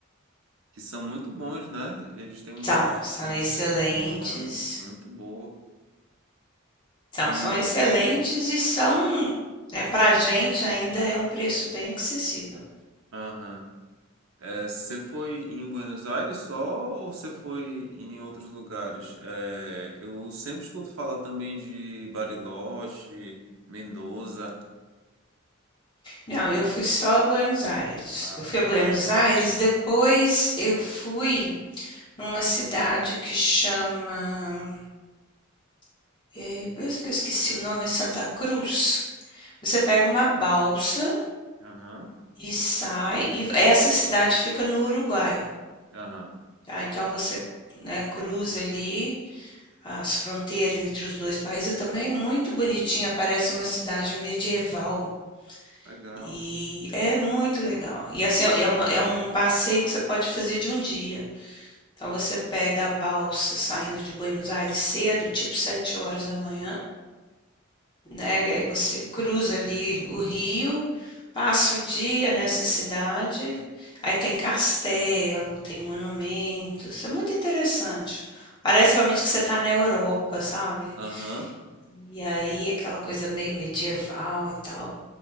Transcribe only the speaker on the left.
São, são
excelentes.
São,
são excelentes e são, né, Para a gente ainda é um preço bem acessível.
Não, eu fui só a Buenos Aires.
Eu fui
a Buenos Aires, depois eu fui numa cidade que chama, eh, eu esqueci o nome, é Santa Cruz. Você pega uma balsa
e sai e essa cidade fica no Uruguai.
Tá, então você, né, cruza ali as fronteiras entre os dois países, também muito bonitinha, parece uma cidade medieval.
E é muito legal. E assim, é uma, é um passeio que você pode fazer de um dia. Então você pega a balsa saindo de Buenos Aires cedo, tipo sete horas da manhã, né? E aí você cruza ali o rio, passa o dia nessa cidade, aí tem castelo, tem monumentos, é muito interessante. Parece realmente que você está na Europa, sabe?
E aí aquela coisa meio medieval e tal.